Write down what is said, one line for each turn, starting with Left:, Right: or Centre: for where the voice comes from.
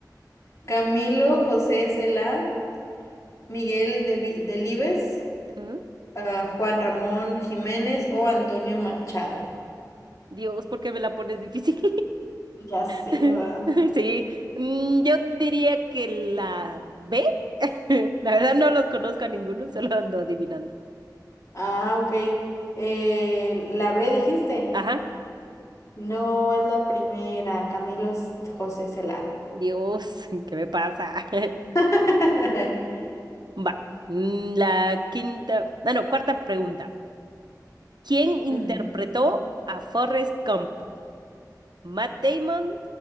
Left: Camilo José Cela, Miguel Devi- Delibes,
Right: Ujú.
Left: ah, Juan Ramón Jiménez o Antonio Machado.
Right: Dios, ¿por qué me la pones difícil?
Left: Ya sé,
Right: <laughs>
Left: ¿verdad?
Right: Sí, mm, yo diría que la B. <laughs> La verdad no los conozco a ninguno, solo ando adivinando.
Left: Ah, ok. Eh, ¿la B dijiste?
Right: Ajá,
Left: No, es la primera, Camilo S- José Cela.
Right: Dios, <laughs> ¿qué me pasa? <laughs>
Left: <laughs>
Right: Va, mm, la quinta, ah, no, cuarta pregunta. ¿Quién interpretó
Left: Ujú.
Right: a Forrest Gump? ¿Matt Damon,